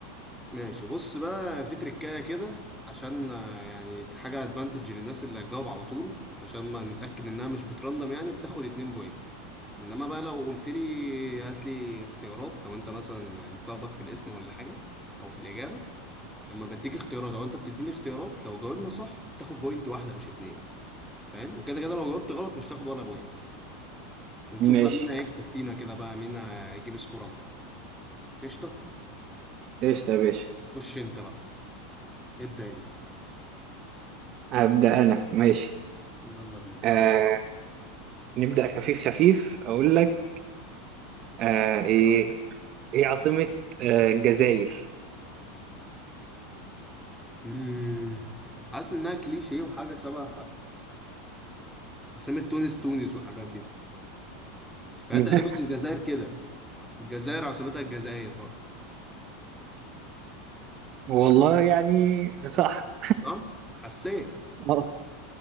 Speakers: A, in the centre; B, on the right.
A: ماشي بص بقى في تريكاية كده عشان آه، يعني حاجة ادفانتج للناس اللي هتجاوب على طول عشان ما نتأكد انها مش بترندم يعني بتاخد اتنين بوينت انما بقى لو قلت لي هات لي اختيارات لو انت مثلا متلخبط في الاسم ولا حاجة او في الإجابة لما بديك اختيارات او انت بتديني اختيارات لو جاوبنا صح بتاخد بوينت واحدة مش اتنين فاهم وكده كده لو جاوبت غلط مش تاخد ولا بوينت ونشوف
B: ماشي
A: بقى مين هيكسب فينا كده بقى مين هيجيب سكور اكبر قشطة
B: قشطة يا باشا
A: خش انت بقى ابدأ انت
B: هبدأ انا ماشي
A: يلا بينا
B: آه نبدأ خفيف خفيف اقول لك آه ايه ايه عاصمة آه الجزائر
A: مم. حاسس انها كليشيه وحاجه شبه عاصمه تونس تونس والحاجات دي فهي
B: <laughs>
A: تقريبا الجزائر كده الجزائر عاصمتها الجزائر برضه
B: والله يعني صح
A: صح حسيت
B: آه،